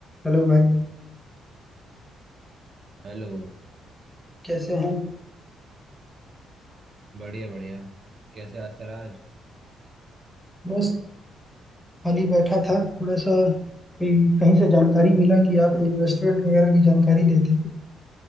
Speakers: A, in the centre; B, on the right (about 50°).
A: Hello भाई
B: Hello
A: कैसे हैं
B: बढ़िया बढ़िया कैसे याद करा आज
A: बस खाली बैठा था थोड़ा सा कोई कहीं से जानकारी मिला कि आप इन्वेस्टमेंट वगैरह की जानकारी देते हैं